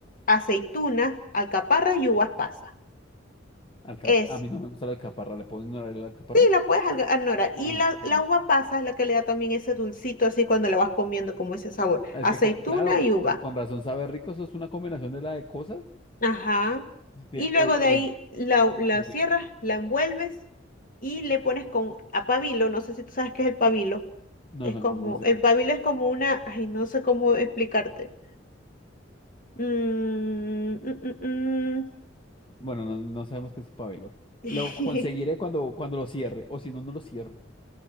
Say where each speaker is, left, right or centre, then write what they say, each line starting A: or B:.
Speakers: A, on the left (about 45°); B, on the left (about 25°).
A: aceituna, alcaparras y uvas pasas.
B: Alcapa-
A: Eso.
B: a mí no me gusta la alcaparra, ¿le puedo ignorar el alcaparra?
A: Sí, la puedes alga- ignorar. Y
B: Ah,
A: la,
B: no.
A: la uva pasa es la que le da también ese dulcito así cuando la vas comiendo, como ese sabor.
B: Es
A: Aceituna
B: que, cla- claro,
A: y uva.
B: eh, con razón sabe rico, eso es una combinación de la de cosas.
A: Ajá.
B: Sí,
A: Y luego
B: oye,
A: de
B: oye,
A: ahí la, la
B: sí,
A: cierras,
B: dime.
A: la envuelves y le pones con a pabilo. No sé si tú sabes qué es el pabilo.
B: No,
A: Es
B: no,
A: como,
B: no sé.
A: el pabilo es como una, ay, no sé cómo explicarte. Mm, mm, mm,
B: Bueno, no, no sabemos qué es pabelo.
A: mm.
B: Lo conseguiré
A: <laughs>
B: cuando, cuando lo cierre, o si no, no lo cierro.